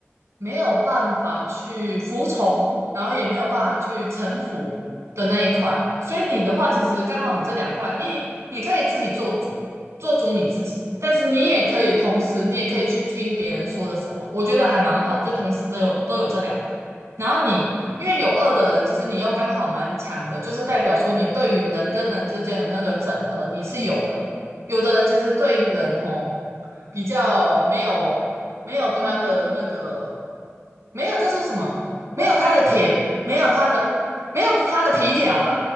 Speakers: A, on the right (about 80°); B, on the left (about 75°).
A: 没有办法去服从，然后也没有办法去臣服的那一块。所以你的话，其实刚好你这两块，你你可以自己做主，做主你自己，但是你也可以同时，你也可以去听别人说的什么，我觉得还蛮好，就同时都有都有这两个。然后你因为有二的人，其实你又刚好蛮强的，就是代表说你对于人跟人之间的那个整合你是有的。有的人其实对人哦比较没有没有他的那个
B: 敏感，
A: 没有叫做什么，没有他的撇，
B: 不会猜
A: 没有他的没有他的皮条啦。